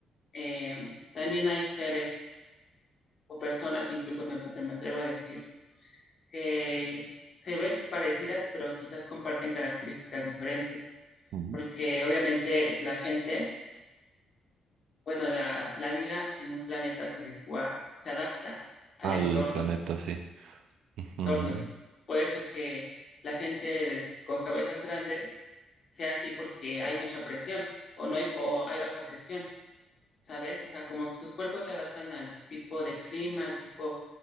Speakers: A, on the left; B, on the right.
A: eh, también hay seres o personas, incluso me, me atrevo a decir, que se ven parecidas, pero quizás comparten características diferentes,
B: mm.
A: porque obviamente la gente, bueno, la, la vida en un planeta se adecua, se adapta al
B: Al
A: entorno.
B: planeta, sí. Ujú.
A: tornos. Puede ser que la gente con cabezas grandes sea así porque hay mucha presión o no hay, o hay baja presión, ¿sabes? O sea, como que sus cuerpos se adaptan al tipo de clima, al tipo